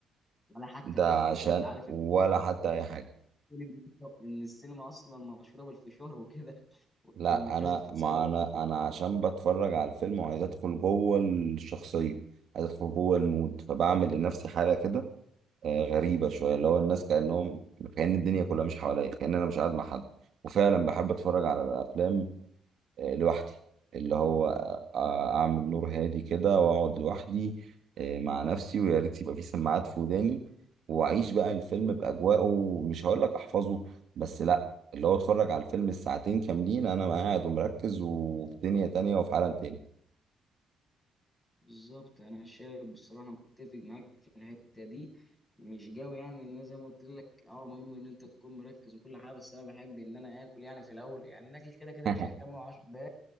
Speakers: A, in the centre; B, on the right.
A: ولا حتى
B: ده
A: الاكل
B: عشان
A: طب ده انت عارف
B: ولا حتى اي حاجة
A: السينما أصلاً- ان السينما اصلا مشهوره بالفشار وكده وانك
B: لا
A: لازم
B: انا
A: تتسلى
B: ما
A: وانت
B: انا انا عشان بتفرج على الفيلم وعايز ادخل جوه الشخصية عايز ادخل جوه المود فبعمل لنفسي حالة كده آه، غريبة شوية اللي هو الناس كأنهم كأن الدنيا كلها مش حواليا كأن أنا مش قاعد مع حد وفعلا بحب أتفرج على الأفلام آه، لوحدي اللي هو آه، آه، أعمل نور هادي كده وأقعد لوحدي آه، مع نفسي ويا ريت يبقى في سماعات في وداني وأعيش بقى الفيلم بأجواءه مش هقول لك أحفظه بس لأ اللي هو أتفرج على الفيلم الساعتين كاملين أنا قاعد ومركز وفي دنيا تانية وفي عالم تاني
A: بالظبط انا شايف بصراحه أنا متفق معاك في الحته دي مش قوي يعني ان أنا زي ما قلت لك اه مهم ان انت تكون مركز وكل حاجه بس انا بحب ان انا اكل يعني في الاول يعني الاكل كده كده
B: <laughs>
A: مش هيكمل 10 دقائق